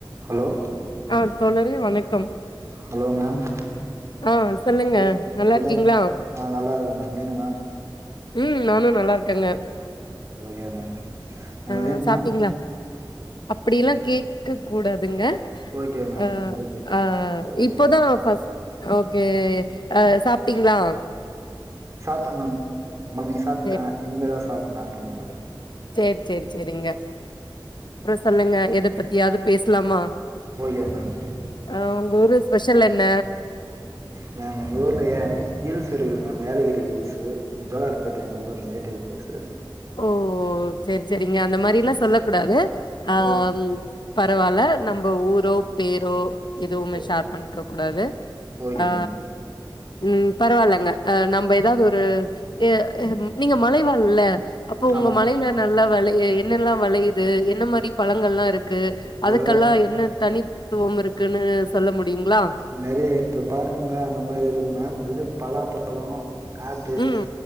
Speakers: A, on the right; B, on the left.
A: ஹலோ
B: ஆ தோழாரே வணக்கம்
A: ஹலோ மேம்
B: ஆ சொல்லுங்க
A: குட்
B: நல்லா
A: குட்
B: இருக்கீங்களா?
A: ஆஃப் ஆ நல்லாருக்க மேம் நீங்க மேம்
B: உம் நானு நல்லார்க்கெங்க
A: ஓகே மேம் உங்க
B: அ
A: நேம்
B: சாப்டீங்ளா
A: மேம்
B: அப்டியெல்லா கேக்க கூடாதுங்க
A: ஓகே மேம்
B: ஆ
A: ஓகே
B: அ
A: ஓகே
B: இப்பொதா பஸ் ஓகே அ சாப்டீங்ளா
A: சாப்ட மேம் மானிங் சாப்ட்ட
B: சேரி
A: இனிமேதா சாப்புட்ணு ஆஃப்டர்னுன் அது
B: சேர் சேர் சேரிங்க அப்றோ சொல்லுங்க எதப் பத்தியாது பேஸ்லாமா
A: ஓகே மேம்
B: அ உங்க ஊரு ஸ்பெஷல் என்ன
A: மேம் எங்க ஊர்ல ஹீல்ஸ் இருக்குது மேம் ஏலகிரி ஹீல்ஸ்ஸு ஜோலார் பேட்ட எங்க ஊரு நெக்டீவ் பிளேஸு
B: ஓ செரி செரிங்க அந்த மாரில்லா சொல்லக்கூடாது அ
A: ஓ
B: பரவால்ல நம்ம ஊரோ பேரோ எதுவ்மே
A: ஓ
B: ஷேர் பண்ணிக்க கூடாது
A: ஓகே
B: அ
A: மேம்
B: ம் பரவால்லங்க அ நம்ம ஏதாது ஒரு எ நீங்க மலை வாழ்ல்ல அப்போ உங்க
A: ஆமாங்க
B: மலையில நல்லா வெளய என்னல்லா வெளயுது என்ன மாரி பழங்கள்லா இருக்கு
A: இதெல்லா
B: அதுக்கல்லா என்ன தனித்துவம் இருக்குன்னு சொல்ல முடியுங்ளா
A: நெறைய இங்க பார்க்குங்க அந்த மாரி இருக்கு மேம் இது பலாப்பழோ ஆப்பிள்
B: ம்